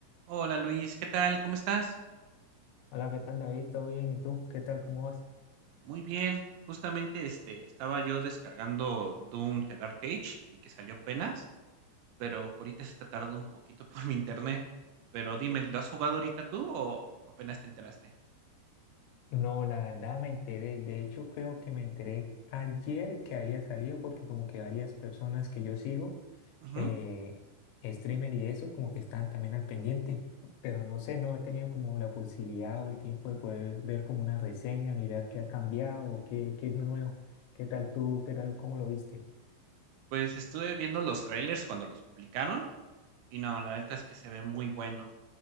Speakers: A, on the right; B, on the left.
A: Hola Luis, ¿qué tal? ¿Cómo estás?
B: Hola, ¿qué tal David? ¿Todo bien? ¿Y tú? ¿Qué tal? ¿Cómo vas?
A: Muy bien. Justamente este estaba yo descargando Doom The Dark Age, el que salió apenas, pero ahorita se está tardando un poquito <laughs> por mi internet. Pero dime, ¿lo has jugado ahorita tú o apenas te enteraste?
B: No, la verdad me enteré. De hecho, creo que me enteré ayer que había salido porque como que varias personas que yo sigo,
A: Ujú.
B: eh, streamer y eso, como que están también al pendiente. Pero no sé, no he tenido como la posibilidad o el tiempo de poder ver como una reseña, mirar qué ha cambiado o qué, qué es lo nuevo. ¿Qué tal tú? ¿Qué tal? ¿Cómo lo viste?
A: Pues estuve viendo los trailers cuando los publicaron Y no, la neta es que se ve muy bueno.